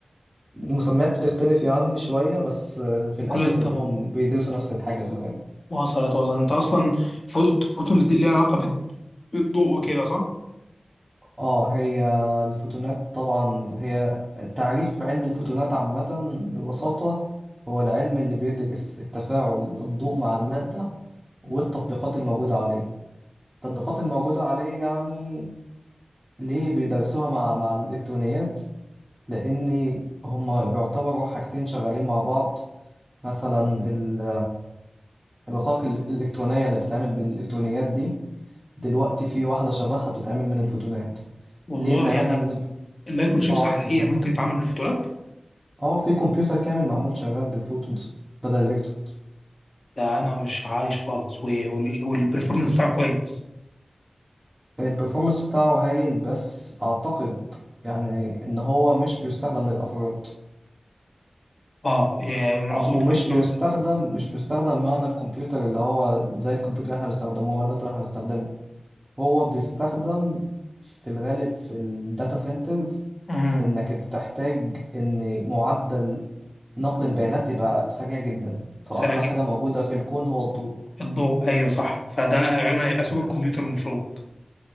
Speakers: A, on the right; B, on the left.
A: فالمسميات بتختلف يعني شوية بس آه، في
B: دي
A: الآخر
B: كلها للتانية
A: كلهم بيدرسوا نفس الحاجة في الغالب
B: وصلت وصلت أنت أصلا فو- فوتونز دي اللي ليها علاقة بالض- بالضوء وكده صح؟
A: اه هي الفوتونات طبعا هي تعريف علم الفوتونات عامة ببساطة هو العلم اللي بيدرس التفاعل الضوء مع المادة والتطبيقات الموجودة عليه التطبيقات الموجودة عليه يعني ليه بيدرسوها مع مع الإلكترونيات؟ لأن هما يعتبروا حاجتين شغالين مع بعض مثلا ال- الرقائق الإلكترونية اللي بتتعمل بالإلكترونيات دي دلوقتي في واحدة شبهها بتتعمل من الفوتونات
B: والله
A: ليه بنعملها
B: يعني
A: من الف...
B: المايكرو شيبس
A: اه
B: حاليا
A: بتتعمل
B: ممكن يتعمل بالفوتونات
A: اه في كمبيوتر كامل معمول شغال بالفوتونز بدل الإلكترونز
B: ده انا مش عايش خالص و- وال- والبرفورمانس بتاعه كويس
A: البرفورمانس بتاعه هايل بس أعتقد يعني إن هو مش بيستخدم للأفراد
B: اه إيه، منظومه
A: ومش
B: كبيره
A: بيستخدم مش بيستخدم معنى الكمبيوتر اللي هو زي الكمبيوتر اللي احنا بنستخدمه هو اللابتوب اللي احنا بنستخدمه هو بيستخدم في الغالب في الداتا سنترز
B: امم
A: لانك بتحتاج ان معدل نقل البيانات يبقى سريع جدا فاسرع
B: سرعه جدا
A: حاجه موجوده في الكون هو الضوء
B: الضوء ايوه صح فده غالبا هيبقى سوبر كمبيوتر المفروض